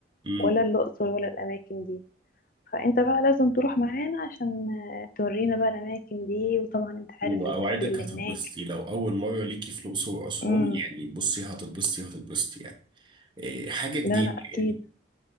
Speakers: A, on the right; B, on the left.
A: هن-
B: ولا الأقصر ولا الأماكن دي فأنت بقى لازم تروح معانا عشان آه، تورينا بقى الأماكن دي وطبعا أنت عارف
A: واوعدك
B: الفنادق اللي
A: هتتبسطي
B: هناك
A: لو اول مره ليكي في الاقصر واسوان
B: امم
A: يعني بصي هتتبسطي هتتبسطي يعني إيه، حاجه جديده
B: لا لا
A: يعني
B: أكيد